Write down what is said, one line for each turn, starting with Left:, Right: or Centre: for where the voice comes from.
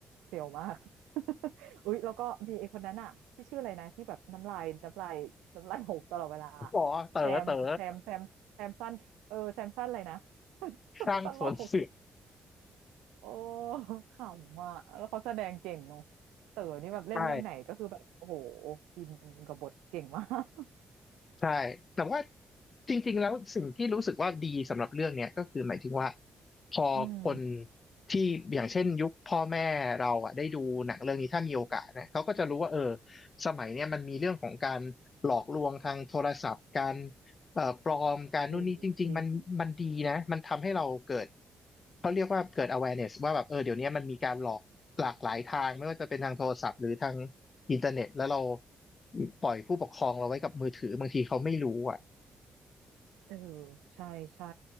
Right: เสียวมาก <laughs> อุ๊ยแล้วก็มีไอ้คนนั้นอะที่ชื่ออะไรนะที่แบบน้ำลายน้ำลายน้ำลายหกตลอดเวลา
Left: บอกว่าเต๋อเต๋อ
Right: แซมแซมแซมแซมสั้นเออแซมสั้นอะไรนะ <laughs>
Left: สร้างสวนเสือ
Right: ตลกโอ้ขำอ่ะแล้วเขาแสดงเก่งเนาะเต๋อนี่แบบเล่นเรื่องไหนก็คือแบบโอ้โห
Left: ใช่
Right: อินกับบทเก่งมาก <laughs>
Left: ใช่แต่ว่าจริงๆแล้วสิ่งที่รู้สึกว่าดีสำหรับเรื่องเนี้ยก็คือหมายถึงว่าพอคน
Right: อืม
Left: ที่อย่างเช่นยุคพ่อแม่เราอ่ะได้ดูหนังเรื่องนี้ถ้ามีโอกาสนะเขาก็จะรู้ว่าเออสมัยเนี้ยมันมีเรื่องของการหลอกลวงทางโทรศัพท์การเอ่อปลอมการนู่นนี่จริงๆมันมันดีนะมันทำให้เราเกิด
Right: เออจริง
Left: เขาเรียกว่าเกิด awareness ว่าแบบเออเดี๋ยวนี้มันมีการหลอกหลากหลายทางไม่ว่าจะเป็นทางโทรศัพท์หรือทาง อินเทอร์เน็ตแล้วเราปล่อยผู้ปกครองเราไว้กับมือถือบางทีเขาไม่รู้อ่ะ
Right: เออใช่ใช่